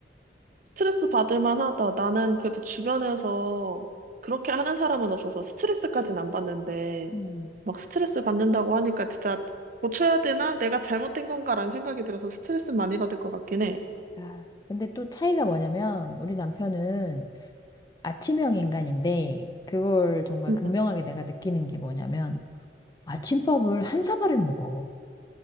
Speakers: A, on the right (about 45°); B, on the left (about 20°).
A: 스트레스 받을 만하다. 나는 그래도 주변에서 그렇게 하는 사람은 없어서 스트레스까지는 안 받는데,
B: 음.
A: 막 스트레스 받는다고 하니까 진짜 고쳐야 되나? 내가 잘못된 건가라는 생각이 들어서 스트레스 많이 받을 것 같긴 해.
B: 아, 근데 또 차이가 뭐냐면 우리 남편은 아침형 인간인데 그걸 정말
A: 응,
B: 극명하게
A: 응.
B: 내가 느끼는 게 뭐냐면 아침밥을 한 사발을 먹어.